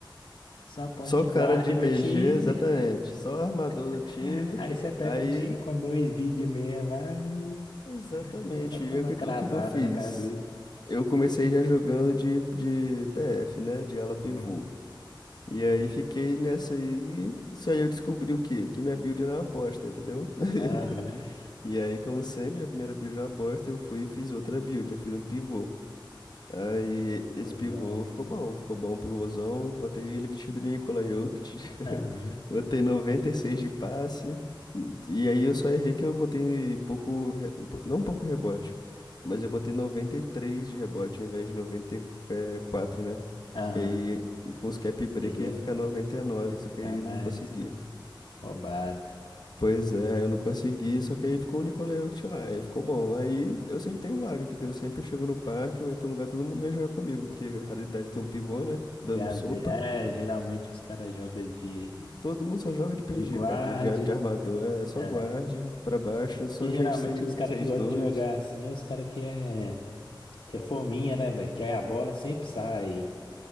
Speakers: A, on the left; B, on the left.
A: só point
B: Só cara
A: guard
B: de
A: no
B: PG,
A: time.
B: exatamente. Só armador
A: <laughs>
B: no time.
A: Aí você pega
B: Aí,
A: um time com dois big men lá e
B: exatamente.
A: você só toma
B: E aí, o que,
A: cravada
B: que- o que que eu fiz?
A: na cabeça.
B: Eu comecei já jogando de, de PF, né? De ala pivô.
A: Hum.
B: E aí fiquei nessa aí. Isso aí eu descobri o quê? Que minha build era uma bosta, entendeu? <laughs>
A: Aham, né?
B: E aí, como sempre, né, a primeira build era uma bosta, eu fui e fiz outra build. Eu fiz um pivô. Aí
A: Pivôzão.
B: esse pivô ficou bom, ficou bom o pivôzão. Botei ele vestido de Nikola Jokic.
A: Aham,
B: <laughs> Botei 96 de passe. E aí eu só errei que eu botei pouco, re- pou- não pouco rebote, mas eu botei 93 de rebote ao invés de 94, né?
A: aham.
B: Que aí com os cap break
A: Ele
B: ia
A: ia,
B: ficar 99,
A: ia
B: só
A: ficar
B: que aí eu
A: mais
B: não consegui.
A: roubado.
B: Pois é, eu não consegui, só que aí ficou o Nicole Jokic lá, aí ficou bom. Aí eu sempre tenho vaga, entendeu? Sempre eu chego no parque, eu entro no lugar, todo mundo vem jogar comigo, porque a raridade tem um pivô, né? Dando
A: Já
B: sopa.
A: vê. É, geralmente os caras jogam de,
B: Todo mundo só joga de PG,
A: de guarde.
B: cara, de, de, de armador. É só
A: É.
B: guarde, pra baixo,
A: É porque
B: só
A: geralmente
B: gente 6-2.
A: os caras que gostam de jogar assim é os caras que é, que é forminha né, velho? Que aí a bola sempre sai